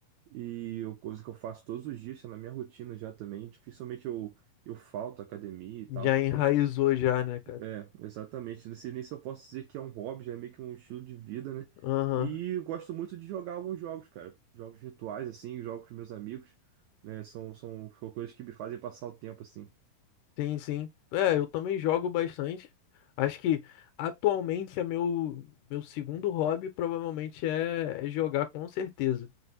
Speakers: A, on the right; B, on the left.
A: e eu, coisa que eu faço todos os dias, tá na minha rotina já também. Dificilmente eu, eu falto à academia e tal.
B: Já enraizou já, né, cara?
A: É, exatamente. Não sei nem se eu posso dizer que é um hobby, já é meio que um estilo de vida, né?
B: Aham.
A: E eu gosto muito de jogar alguns jogos, cara. Jogos virtuais, assim, jogo com os meus amigos, né? São, são, são coisas que me fazem passar o tempo, assim.
B: Sim, sim. É, eu também jogo bastante. Acho que atualmente é meu meu segundo hobby provavelmente é, é jogar com certeza.